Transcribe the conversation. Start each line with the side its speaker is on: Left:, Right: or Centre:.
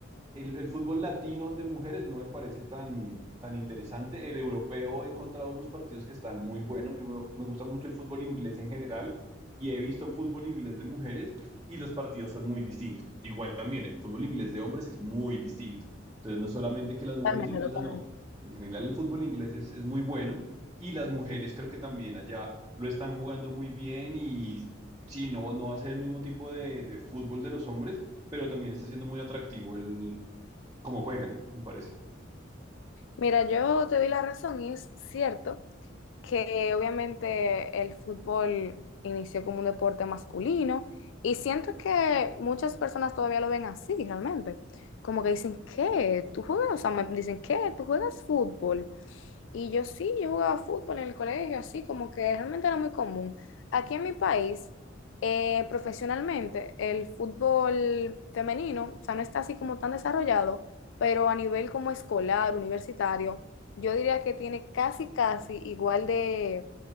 Right: el, el fútbol latino de mujeres no me parece tan, tan interesante. El europeo he encontrado unos partidos que están muy buenos. Yo me, me gusta mucho el fútbol inglés en general y he visto fútbol inglés de mujeres y los partidos son muy distintos. Igual también el fútbol inglés de hombres es muy distinto. Entonces no es solamente que las mujeres
Left: Totalmente,
Right: inglesas
Left: totalmente.
Right: no, en general el fútbol inglés es, es muy bueno y las mujeres creo que también allá lo están jugando muy bien y sí, no, no va a ser el mismo tipo de, de fútbol de los hombres, pero también está siendo muy atractivo el, como juegan, me parece.
Left: Mira, yo te doy la razón y es cierto que obviamente el fútbol inició como un deporte masculino y siento que muchas personas todavía lo ven así realmente. Como que dicen, ¿qué? ¿Tú juegas? O sea, me dicen, ¿qué? ¿Tú juegas fútbol? Y yo sí, yo jugaba fútbol en el colegio, así como que realmente era muy común. Aquí en mi país, eh, profesionalmente, el fútbol femenino, o sea, no está así como tan desarrollado, pero a nivel como escolar, universitario, yo diría que tiene casi, casi igual de,